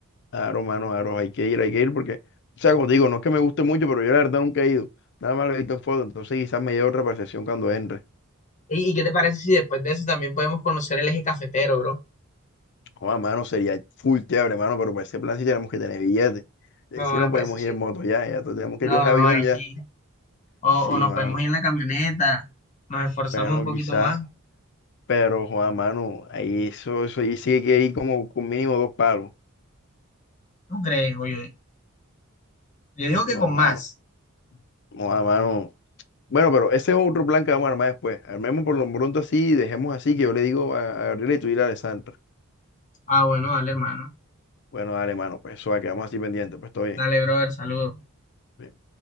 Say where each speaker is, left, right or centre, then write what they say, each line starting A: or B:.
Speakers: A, on the left; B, on the left.
A: aro, mano, aro, hay que ir, hay que ir porque, o sea, como te digo, no es que me guste mucho, pero yo la verdad nunca he ido. Nada más lo he visto en foto, entonces quizás me lleve otra percepción cuando entre.
B: ¿Y, y qué te parece si después de eso también podemos conocer el eje cafetero, bro?
A: Joder, mano, sería full chévere, mano, pero para ese plan sí tenemos que tener billetes. Eh,
B: No,
A: si no
B: me parece
A: podemos ir en moto ya, ya tenemos que
B: No,
A: coger avión
B: no, ahí
A: ya.
B: sí. O, o
A: Sí,
B: nos
A: mano.
B: podemos ir en la camioneta, nos esforzamos
A: Bueno,
B: un poquito
A: quizás,
B: más.
A: pero joder, mano, ahí eso, eso, ahí sí que hay que ir como con mínimo dos palos.
B: ¿Tú crees? O yo, yo digo
A: No,
B: que con más.
A: mano. Joder, mano. Bueno, pero ese es otro plan que vamos a armar después. Armemos por lo pronto así y dejemos así que yo le digo a, a Gabriela y tú dile a Alessandra.
B: Ah, bueno, dale, hermano.
A: Bueno, dale, mano, pues eso va, quedamos así pendientes, pues todo bien.
B: Dale, brother, saludos.
A: Bien.